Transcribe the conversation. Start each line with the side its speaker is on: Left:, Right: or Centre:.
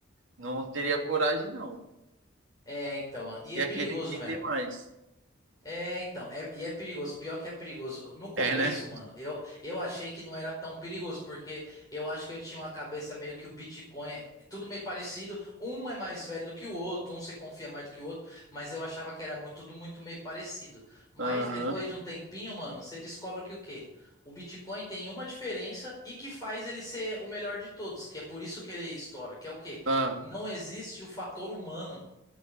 Right: não teria coragem, não.
Left: é, então, mano. E
Right: Ia
Left: é perigoso
Right: querer entender
Left: mesmo.
Right: mais.
Left: É, então, é- e é perigoso, pior que é perigoso. No começo,
Right: É, né?
Left: mano, eu, eu achei que não era tão perigoso, porque eu acho que eu tinha uma cabeça meio que o Bitcoin é tudo meio parecido, um é mais velho do que o outro, um você confia mais do que o outro, mas eu achava que era muito, tudo muito meio parecido. Mas
Right: Aham.
Left: depois de um tempinho, mano, você descobre que o quê? O Bitcoin tem uma diferença e que faz ele ser o melhor de todos, que é por isso que ele estoura, que é o quê?
Right: Ah,
Left: Não existe o fator humano.